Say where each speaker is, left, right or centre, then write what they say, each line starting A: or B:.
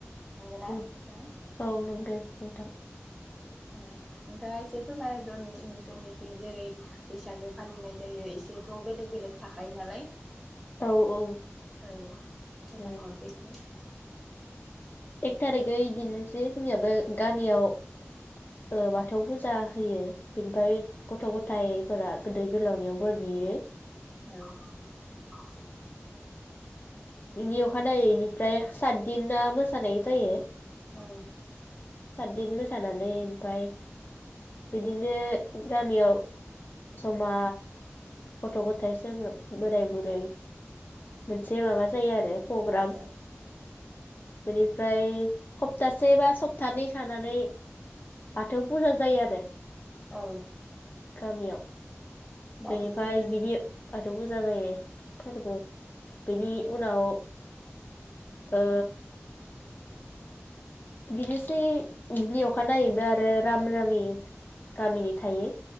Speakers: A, in the centre; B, on the left.
A: नंगौना?
B: औ
A: नोंथां
B: नंगो नोंथां।
A: ओ नोंथाङा एसे फोरमायदर नोंसोरनिखि जेरै बैसागो फालिनाय जायो एसेथ' बेलेग बेलेग थाखायो नालाय
B: औ औ
A: औ फोरमाय
B: औ
A: हरदो एसे।
B: एक थारिखै इदिनोसै जोंनियाबो गामियाव बाथौ फुजा होयो बेनिफ्राय गथ' गथायाइफोरा गोदिर गोलावनियाव बोर बियो
A: औ
B: बिनि अखानायै बेनिफ्राय सातदिना मो थानाय जायो
A: औ
B: साददिन मोसानानै ओमफाय बिदिनो गामियाव जमा गथ गथाय बोराय बुरै मोनसे माबा जायो आरो पग्राम
A: औ
B: बेनिफ्राय हप्तासे बा सप्तानै थानानै बाथौ फुजा जायो आरो
A: औ
B: गामियाव
A: बाथौ
B: बेनिफ्राय
A: बुरजा
B: बिनि बाथौ फु जा जायो फोरबो - बेनि उनाव ओ बिदिनोसै बिदिनि अखानायैबो आरो राम-रामि गामिनि थायो।